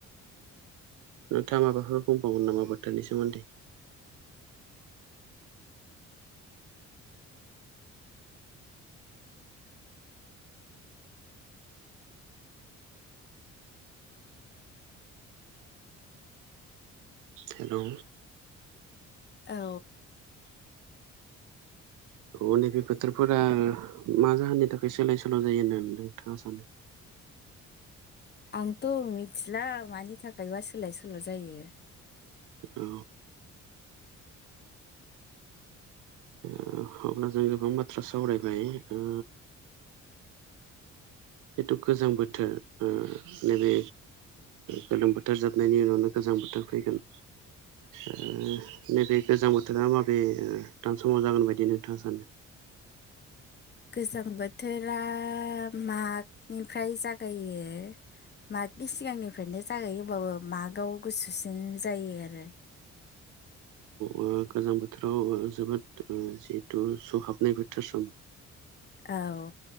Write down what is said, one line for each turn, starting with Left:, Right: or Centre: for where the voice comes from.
Right: नोंथाङा माबाफोर बुंबागोन नामा बोथोरनि सोमोन्दै <inaudible> हेलौ
Left: औ
Right: अने बे बोथोरफोरा मा जाहोननि थाखाय सोलाय सोल' जायो होननानै नोंथाङा सानो? <inaudible>
Left: आंथ' मिथिला मानि थाखायबा सोलाय सोल' जायो।
Right: औ ओ जखौ <unintelligible> बाथ्रा सावरायबाय ओ जिथु गोजां बोथोर ओ नैबे गोलोम बोथोर जाबनायनि उनावनो गो गोजां बोथोर फैगोन। उम नैबे गोजां बोथोरा माबे थानसाव <unintelligible> जागोन बायदि नोंथाङा सानो। <inaudible>
Left: गोजां बोथोरा मागनिफ्राय जागायो। मागनि सिगांनिफ्रायनो जागायो हबाबो मागआव गुसुसिन जायो आरो
Right: औ गोजां बोथोराव जोबोद जिहेथु सौहाबनाय बोथोर सम
Left: औ